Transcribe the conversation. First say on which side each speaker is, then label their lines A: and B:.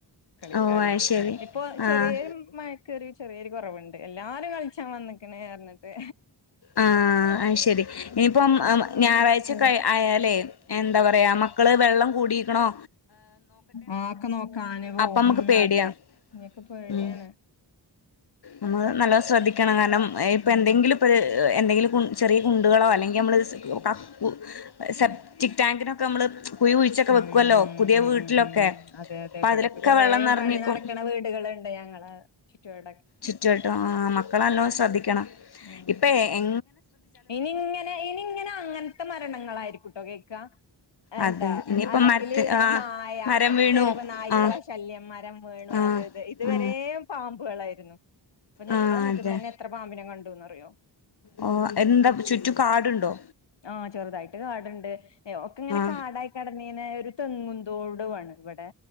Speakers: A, on the left; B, on the left.
A: കളിക്കാന്
B: ഓ അത് ശരി
A: ഇപ്പൊ ചെറിയൊരു
B: ആഹ്
A: മഴക്കറി ചെറിയരു കുറവുണ്ട് എല്ലാരും കളിച്ചാ വന്നി പറഞ്ഞിട്ട്
B: ആഅത് ശരി ഇനിയിപ്പോം
A: മക്കളെ
B: ഞായറാഴ്ചക്കെ
A: അവസ്ഥ
B: ആയാലേ എന്താ പറയാ മക്കള് വെള്ളം കുടീക്കണോ
A: ആ ഒക്കെ നോക്കാം അനുവവും
B: അപ്പൊ നമുക്ക്
A: ഉം
B: പേടിയാ
A: അതെ ഇനൊക്കെ പേടിയാണ്
B: ഉം നമ്മള് നല്ല ശ്രദ്ധി ക്കണം കാരണം ഇപ്പൊ
A: ഉം
B: എന്തെങ്കിലും ഇപ്പൊ എന്തെങ്കിലും കു ചെറിയ കുണ്ടുകളോ അല്ലെങ്കിൽ നമ്മൾ ക ക്കൂ സെബറ്റിക്
A: ഉം
B: ടാങ്കിനോ ക്ക നമ്മള് കുഴി കുഴിച്ചൊക്കെ
A: ഉം
B: വെക്കുവല്ലോ പുതിയ
A: ഉ
B: വീട്ടിലൊക്കെ
A: ഉ ഉ അതെ അതെ
B: അപ്പൊ
A: ഇവിടൊക്കെ
B: അതിലൊക്കെ
A: കൊറെ
B: വെള്ളം നിറഞ്ഞിക്കും
A: പണി നടക്കണ വീടുകളുണ്ട് ഞങ്ങള് ചുറ്റുവാട്
B: ചുറ്റുവട്ടോ ആ മക്കളല്ലോ ശ്രദ്ധിക്കണം
A: ഉം
B: ഇപ്പ എ എ
A: ഇനി ഇങ്ങനെ ഇനി ഇങ്ങനെ അങ്ങനത്തെ മരണങ്ങളായിരിക്കുംട്ടോ കേക്ക എന്താ
B: അതെ ഇനിയിപ്പ
A: അല്ലെങ്കില്
B: മരത്ത് ആ
A: നായ
B: മരം വീണു
A: തെരുവ് നായ്ക്കള
B: ആ
A: ശല്യം മരം വേണു
B: ആ
A: അത് ഇതുവരെ
B: ആ
A: പാമ്പുകളായി പിന്നോ അപ്പൊ ഞങ്ങളെ
B: ആ
A: മുറ്റത്തന്നെ
B: അതെ
A: എത്ര പാമ്പിനെ കണ്ടുന്ന് അറിയോ
B: ഓ എന്താ ചുറ്റും കാടുണ്ടോ
A: ആ ചെറുതായിട്ട് കാട്ണ്ട് അയ്യോ ഒക്കെങ്ങനെ
B: ആ
A: കാടായി കിടന്നീനെ ഒരു തെങ്ങുന്തോടു ആണ് ഇവിടെ